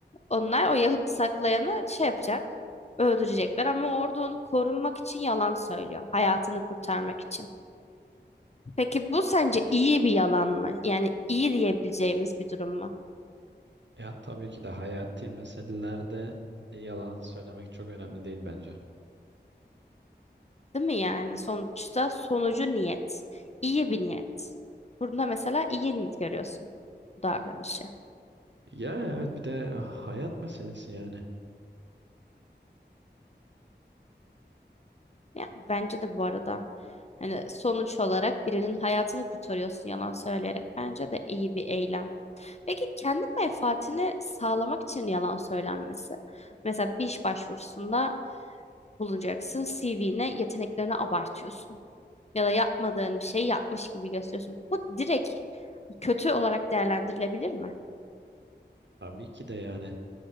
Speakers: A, on the left (about 35°); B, on the right (about 75°).
A: onlar o Yahudi saklayanı şey yapacak. Öldürecekler ama orada onu korunmak için yalan söylüyor. Hayatını kurtarmak için. Peki bu sence iyi bir yalan mı? Yani iyi diyebileceğimiz bir durum mu?
B: Ya tabii ki de hayati meselelerde e, yalan söylemek çok önemli değil bence.
A: Değil mi yani? Sonuçta sonucu niyet. İyi bir niyet. Burada mesela iyi mi görüyorsun bu davranışı?
B: Ya evet bir de hayat meselesi yani.
A: Yani bence de bu arada hani sonuç olarak birinin hayatını kurtarıyorsun yalan söyleyerek. Bence de iyi bir eylem. Peki kendi menfaatini sağlamak için yalan söylenmesi. Mesela bir iş başvurusunda bulunacaksın, CV'ne yeteneklerini abartıyorsun. Ya da yapmadığın bir şey yapmış gibi gösteriyorsun. Bu direkt kötü olarak değerlendirilebilir mi?
B: Tabii ki de yani